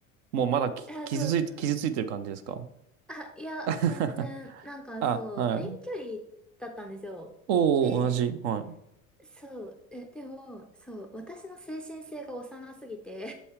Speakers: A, on the right; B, in the centre.
A: もうまだき傷ついて、
B: <laughs> いや、そうそう。
A: 傷ついてる感じですか
B: あ、いや、
A: <laughs>
B: 全然、なんかそう、
A: あ、はい。
B: 遠距離だったんですよ。
A: おお、
B: で、
A: 同じ。はい。
B: そう、え、でも、そう、私の精神性が幼すぎて